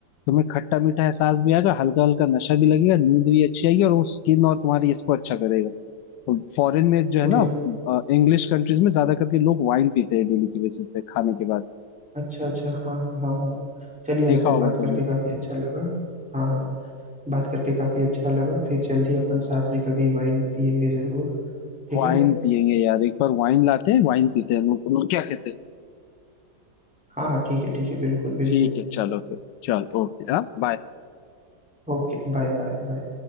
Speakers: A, on the left; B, in the centre.
A: तुम्हें खट्टा मीठा एहसास भी आएगा हल्का हल्का नशा भी लगेगा नींद भी अच्छी आएगी और वो स्किन और तुम्हारी इसको अच्छा करेगा फॉरेन में जो
B: तो
A: है
B: मतलब
A: ना इंग्लिश कंट्रीज में ज्यादा करके लोग वाइन पीते हैं डेली की बेसिस पे खाने के बाद
B: अच्छा अच्छा हाँ हाँ हाँ हाँ चलिए वैसे
A: देखा होगा
B: बात
A: तुमने
B: करके काफी अच्छा लगा हाँ हाँ बात करके काफी अच्छा लगा फिर जल्दी अपन साथ में कभी वाइन पियेंगे जरूर ठीक
A: वाइन
B: है
A: पियेंगे यार एक बार वाइन लाते हैं वाइन पीते हैं हम लोग तुम लोग क्या कहते हैं
B: हाँ हाँ ठीक है ठीक है बिल्कुल बिल्कुल
A: ठीक है चलो फिर चलो ओके हाँ बाय
B: Okay bye bye bye